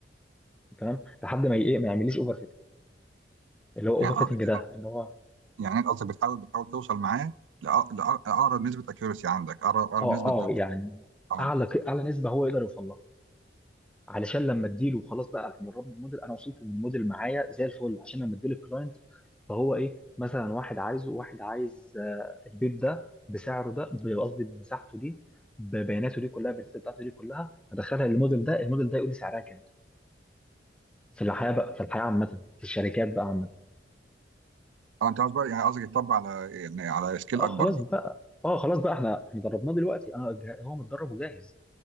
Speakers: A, in the centre; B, on the right (about 90°).
A: تمام لحد ما ايه ما يعمليش اوفر اللي هو اوفر
B: يعني اه
A: فيتنج
B: انت
A: ده اللي هو
B: يعني انت قصدك بتحاول بتحاول توصل معاه لأق- لأق- لاقرب نسبه اكيورسي عندك اقرب أقرب
A: اه
B: نسبه
A: اه
B: دقه
A: يعني
B: اه
A: اعلى اعلى نسبه هو يقدر يوصل لها علشان لما اديله خلاص بقى احنا قربنا الموديل انا وصلت للموديل معايا زي الفل عشان لما اديله الكلاينت فهو ايه مثلا واحد عايزه واحد عايز آه، البيب ده بسعره ده ب- قصدي بمساحته دي ببياناته دي كلها البيانات بتاعته دي كلها هدخلها للموديل ده الموديل ده يقول لي سعرها كام في الحياه بقى في الحياه عامه في الشركات بقى عامه
B: اه انت قصدك بقى يعني قصدك يتطبق على يعني على سكيل
A: اه
B: اكبر
A: خلاص
B: بقى
A: بقى اه خلاص بقى احنا احنا دربناه دلوقتي انا جه- هو متدرب وجاهز